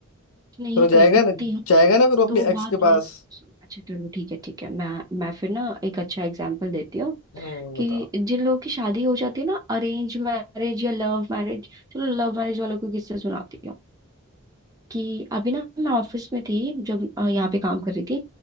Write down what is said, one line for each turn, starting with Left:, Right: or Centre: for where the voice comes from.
Right: नहीं
Left: फिर वो
Right: कर
Left: जाएगा
Right: सकती
Left: ना
Right: हूँ
Left: जाएगा ना फिर वो अपनी
Right: तो बात
Left: एक्स के
Right: ये
Left: पास
Right: सोचो- अच्छा चलो ठीक है ठीक है मैं मैं फिर ना एक अच्छा एग्जाम्पल देती हूँ
Left: हम्म
Right: कि
Left: बताओ
Right: जिन लोगों की शादी हो जाती है ना अरेंज मैरिज या लव मैरिज चलो लव मैरिज वालों को किससे सुनाती हूँ कि अभी ना मैं ऑफिस में थी जब अ, यहाँ पे काम कर रही थी